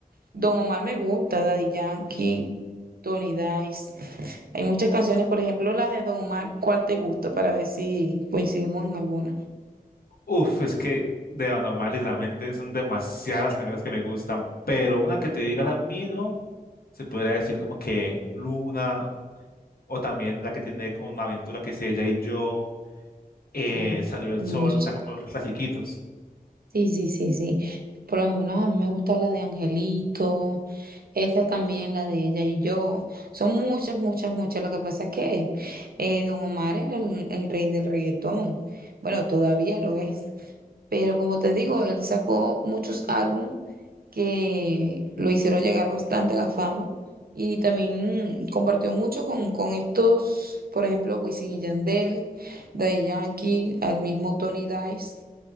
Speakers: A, on the right (about 75°); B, on the left (about 75°).
A: Don Omar me gusta, Daddy Yankee, Tony Dice. Hay muchas canciones, por ejemplo, las de Don Omar, ¿cuál te gusta? Para ver si coincidimos en alguna.
B: Uf, es que de Anomar literalmente son demasiadas canciones que me gustan, pero una que te diga ahora mismo, se podría decir como que Luna, o también la que tiene con Aventura, que es ella y yo, eh,
A: Ay,
B: Salió el
A: hermoso.
B: Sol, o sea, como los clasiquitos.
A: Sí, sí, sí, sí. Por lo menos a mí me gusta la de Angelito, esa también, la de ella y yo. Son muchas, muchas, muchas. Lo que pasa es que eh, Don Omar era el, el rey del reggaetón. Bueno, todavía lo es. Pero como te digo, él sacó muchos álbumes que lo hicieron llegar bastante a la fama. Y también mm, compartió mucho con, con estos, por ejemplo, Wisin y Yandel, Daddy Yankee, al mismo Tony Dice.